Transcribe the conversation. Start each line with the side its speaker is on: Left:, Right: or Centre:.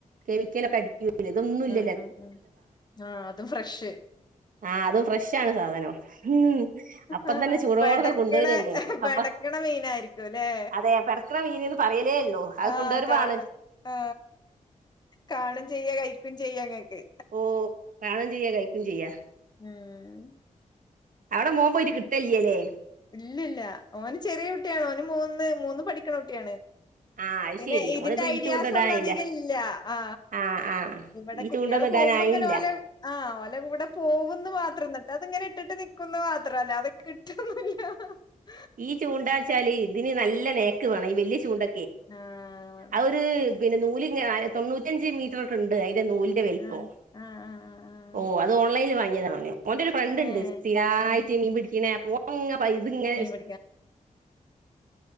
Right: കെമിക്കലൊക്കെ അടിക്കൂല്ല ഇതൊന്നുമല്ല
Left: ഉ ഉം ഉം ആഹ അതും ഫ്രഷ്
Right: ആഹ് അതും ഫ്രഷാണ് സാധനം ഉം അപ്പം
Left: ആ
Right: തന്നെ ചൂടോടൊക്കെ
Left: പടക്കണ
Right: കൊണ്ടുവരല്ലേ
Left: പെടക്കണ
Right: അപ്പൊ
Left: മീന ആയിരിക്കും അല്ലെ
Right: അതെ പെടക്കണ മീന്ന്ന് പറയലേ ഉള്ളൂ അത്
Left: ആ
Right: കൊണ്ടുവരുമ്പാണ്
Left: കാണ ആ കാണും ചെയ്യ കഴിക്കും ചെയ്യ അങ്ങക്ക്
Right: ഓ കാണം ചെയ്യാ കഴിക്കയും ചെയ്യ
Left: ഉം
Right: അവിടെ പോകുമ്പോ ഇ കിട്ടല്ലല്ലേ
Left: ഇല്ലല്ല ഓന് ചെറിയ കുട്ടിയാണ് ഓന് മൂന്ന് മൂന്ന് പഠിക്കണ കുട്ടിയാണ്
Right: ആഹ് അത്
Left: പിന്നെ
Right: ശെരി
Left: ഇതിന്റെ
Right: ഓനിത് ഈ
Left: ഐഡിയാസ്
Right: ചൂണ്ടടാനായില്ല
Left: ഒന്നും അധികം ഇല്ല ആ
Right: ആഹ് ആഹ്
Left: ഇവിടെ
Right: ഈ
Left: കുട്ടികൾ
Right: ചൂണ്ടൊന്നും ഇടാനായില്ല
Left: പോകുമ്പോ ഇങ്ങനെ ഓല ആ് ഓല കൂടെ പോകന്ന് മാത്രംന്നട്ട് അത്ങ്ങനെ ഇട്ടിട്ട് നുന്നത് മാത്രല്ല അതൊ കിട്ട ആ
Right: ഈ ചൂണ്ടാച്ചാലേ അതിന് നല്ല നേക്ക് വേണം ഈ വലിയ ചൂണ്ട
Left: ആണോ
Right: അവര് പിന്നെ നൂല്ി തൊണ്ൂറ്റ അഞ്ച് മീറ്റർൊക്കെ ഉണ്ട് നൂ വലഓ
Left: ആഹ് ആഹ് ആഹ് ആഹ് ആഹ്
Right: ഓ ദയാണ്ാനോ മോന്റെ ഒരു ഫ്രണ്ട് ഉണ്ട്
Left: ഏഹ്
Right: സ്ഥിരമായിട്ട്
Left: ആഹ്
Right: മീൻ പിടിക്ക ഉ അ ഇങ്ങനെ
Left: <inaudible>